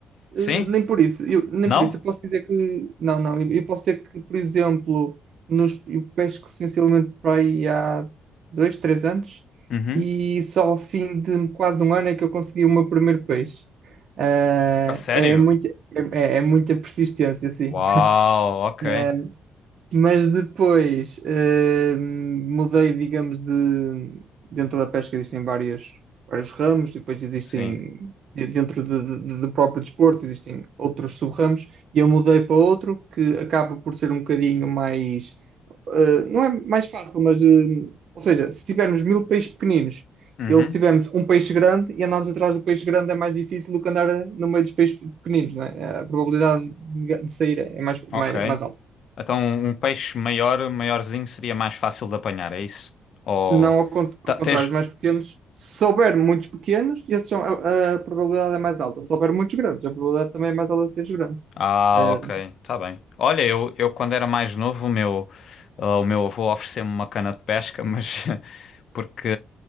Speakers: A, on the left; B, on the right.
A: Sim?
B: eh, nem por isso, eu, nem
A: Não?
B: por isso, eu posso dizer que não, não, eu, eu posso dizer que, por exemplo, nos, eu pesco essencialmente para aí há dois, três anos
A: Uhum.
B: e só ao fim de quase um ano é que eu consegui o meu primeiro peixe. Ah,
A: A sério?
B: é, muito, é, é é muita persistência, assim.
A: Uau, ok.
B: <laughs> Mas depois eh, mudei, digamos, de dentro da pesca existem vários, vários ramos, e depois existem
A: Sim.
B: de- dentro de- de- do próprio desporto existem outros sub-ramos, e eu mudei para outro que acaba por ser um bocadinho mais, eh, não é mais fácil, mas, eh, ou seja, se tivermos mil peixes pequeninos,
A: Uhum.
B: ou se tivermos um peixe grande e andarmos atrás do peixe grande é mais difícil do que andar no meio dos peixes pequeninos, não é? A probabilidade de de sair é mais,
A: Ok.
B: mais, mais alta.
A: Então, um peixe maior, maiorzinho, seria mais fácil de apanhar, é isso? Ou
B: Não ao, cont- ao
A: ta-
B: contrário,
A: tens,
B: os mais pequenos, se houver muitos pequenos, esses são, a, a probabilidade é mais alta. Se houver muitos grandes, a probabilidade também é mais alta de seres grandes.
A: Ah,
B: Eh,
A: ok, tá bem. Olha, eu, eu quando era mais novo, o meu, ah, o meu avô ofereceu-me uma cana de pesca, mas <laughs> porque,